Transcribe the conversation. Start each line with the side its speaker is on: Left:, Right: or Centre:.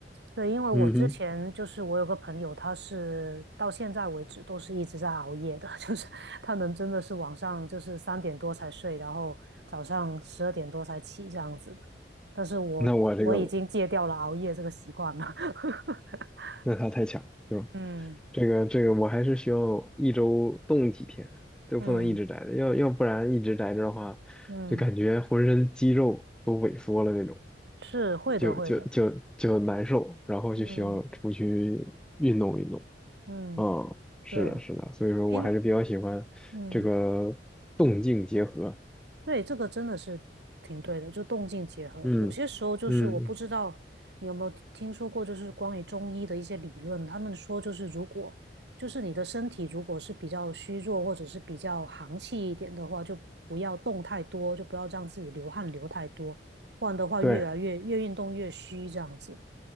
Right: 对，因为我之前就是我有个朋友，
Centre: 嗯哼，
Right: 他是到现在为止都是一直在熬夜的，<laughs> 就是他能真的是晚上就是三点多才睡，然后早上十二点多才起这样子的。但是我我已经戒掉了熬夜这个习惯了。
Centre: 那我这个，
Right: <laughs>
Centre: 那他太强，对吧？
Right: 嗯
Centre: 这个这个，我还是需要一周动几天，就不能一直宅着，
Right: 嗯
Centre: 要要不然一直宅着的话，
Right: 嗯，
Centre: 就感觉浑身肌肉都萎缩了那种，
Right: 是会的会的。
Centre: 就就就就难受，然后就需要出去运动运动。
Right: 嗯嗯，
Centre: 嗯，是的，
Right: 对，
Centre: 是的，所以说我还是比较喜欢这个动静结合。
Right: 哎嗯。对，这个真的是挺对的，就动静结合。
Centre: 嗯嗯，
Right: 有些时候就是我不知道你有没有听说过，就是关于中医的一些理论，他们说就是如果就是你的身体如果是比较虚弱或者是比较寒气一点的话，就不要动太多，就不要让自己流汗流太多，不然的话越来越越运动越虚这样子。
Centre: 对，